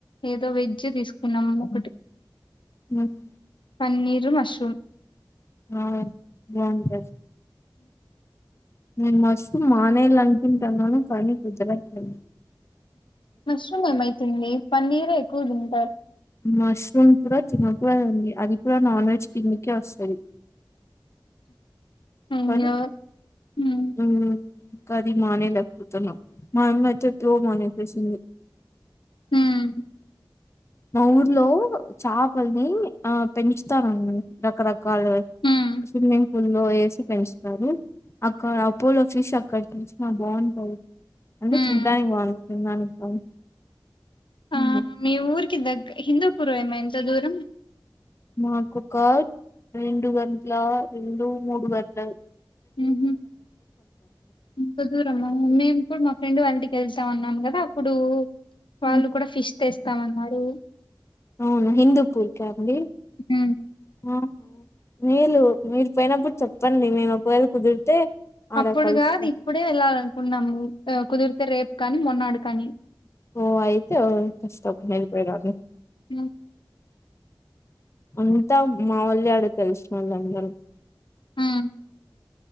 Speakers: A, on the left (about 80°); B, on the left (about 35°).
A: ఏదో వెజ్జు దిసుకున్నామ్ ఒకటి
B: ఉమ్
A: న్నీరు మష్రూమ్
B: ఆ బాఉంటే నేను మష్ రూమ్ మానేలనుకుంటననీ కానీ కుదారట్లే
A: మాష్ రూమ్ ఏమైతుంది పన్నీకే ఎక్కు దిన్
B: మష్రూమ్ కూడా తినకుడదండి అది కూడా నాన్ వెజ్ కిన్దికే వస్తది
A: అయ్యో
B: కానీ
A: హ్మ్
B: ఉమ్ కది మానేలేపోతున్నా మా అమ్మయితే తేప్పుడో మానేస్ షేశింది
A: ఉమ్
B: మా ఊర్లో చేపల్ నీ ఆ పెంచ్ తరన్ రకరకల్ వి
A: హ్మ్
B: స్విమ్మింగ్ పూల్లో ఏసి పెంచ్ తారు అక్కడ అపోలో ఫీష్ అక్కడ్ నిన్ చ్ నా బాఉంటాది అంటే
A: హ్మ్.
B: చుడాన్ కీ బాఉంటన్ తిన్ డాన్ కీ కాదు
A: ఆ
B: ఉమ్.
A: మీ ఊరికి దేగ్గ హిందూపురు ఏమెంత దూరం
B: మాక్ కోకట్ రొండు గంట్ లా రొండు మూడు గంటల్
A: ఉమ్ ఇంత దూరమ్మా మేమ్ కూడ్ మా ఫ్రెండ్ వాళ్ ఇంట్ కెల్స్ టానమ్ గదా అప్పుడు వాళ్ళు
B: ఉమ్.
A: కూడా ఫిష్ తెస్తావన్నారు
B: ఔనా హిందూపూర్ క్యాండి
A: హ్మ్
B: ఆ మీలు మీరు పోయినప్పుడు చెప్పండి నేను ఒకవేళ కుదిరితే ఆడ
A: అప్పుడుగాదు
B: కలుస్తా
A: ఇప్పుడే వెళ్ళాలనుకున్నాము ఆ కుద్ ర్తే రేప్ కానీ మొన్నాడు కానీ
B: ఓ ఐతే వోస్తబ్ హేల్ పే రాదు
A: అ
B: అంతా మావోళ్యాడే తెల్ సీనోల్లాందరూ
A: ఉమ్